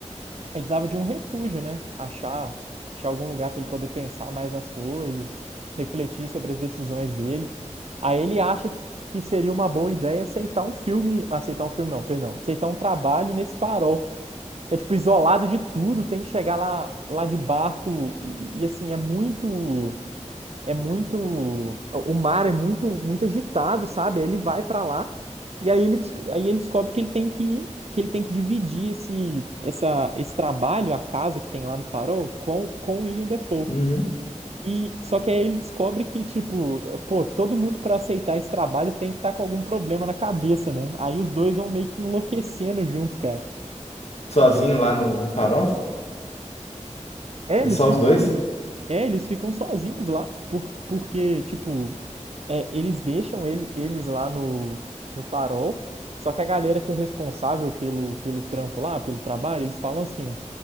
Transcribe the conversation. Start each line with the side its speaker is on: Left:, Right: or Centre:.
Right: ele precisava de um refúgio, né? Achar, achar algum lugar para ele poder pensar mais nas coisas, refletir sobre as decisões dele. Aí ele acha que que seria uma boa ideia aceitar um filme, aceitar um filme não, perdão, aceitar um trabalho nesse farol. É tipo isolado de tudo, tem que chegar lá, lá de barco e, e assim é muito é muito, o mar é muito, muito agitado, sabe? Aí Ele vai pra lá e aí ele, des- aí ele descobre que ele tem que, que ele tem que dividir esse, essa, esse trabalho, a casa que tem lá no Farol, com, com o Willem Dafoe.
Left: Uhum.
Right: E só que aí ele descobre que, tipo, pô, todo mundo pra aceitar esse trabalho tem que estar com algum problema na cabeça, né? Aí os dois vão meio que enlouquecendo junto, cara.
Left: Sozinho lá no, no farol?
Right: É,
Left: É
Right: eles
Left: só
Right: ficam,
Left: os dois?
Right: é, eles ficam sozinhos lá, por, porque, tipo, é, eles deixam ele, eles lá no, no farol, só que a galera que é responsável pelo, pelo trampo lá, pelo trabalho, eles falam assim,